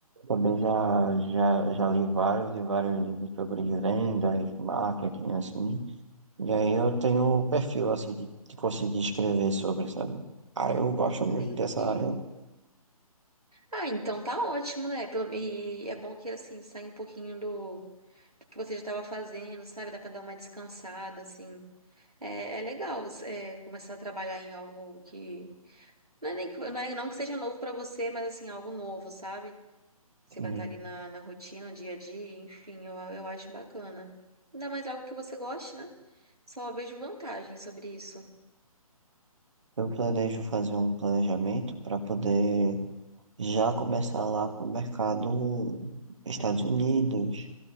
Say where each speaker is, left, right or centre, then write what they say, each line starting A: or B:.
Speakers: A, on the right; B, on the right.
A: também já, já, já li vários e vários livros sobre vendas, marketing, assim. E aí eu tenho um perfil, assim, de, de conseguir escrever sobre, sabe? Ah, eu gosto muito
B: entendi.
A: dessa área. né?
B: Ah, então tá ótimo, né? Pelo- E é bom que, assim, saia um pouquinho do, do que você já estava fazendo, sabe? Dá pra dar uma descansada, assim. É, é legal, é, começar a trabalhar em algo que. Não é nem que, não é- não que seja novo pra você, mas assim, é algo novo, sabe? Você
A: E
B: vai estar ali na, na rotina, no dia a dia, enfim, eu, eu acho bacana. Ainda mais algo que você goste, né? Só vejo vantagem sobre isso.
A: Eu planejo fazer um planejamento para poder já começar lá pro mercado Estados Unidos,